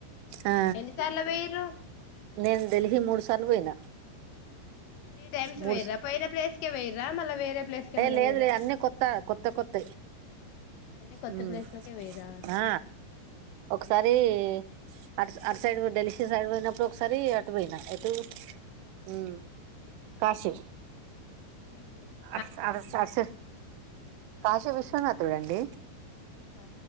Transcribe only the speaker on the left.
ఎన్నిసార్ల పోయిర్రు
త్రీ టైమ్స్
వోయిర్రా పోయిన ప్లేస్ కె పోయిర్రా మళ వేరే ప్లేస్కి ఏమన్నా
పోయిర్రా
అన్ని కొత్త
ప్లేస్లకే పోయిర్రా
మ్మ్
ఆ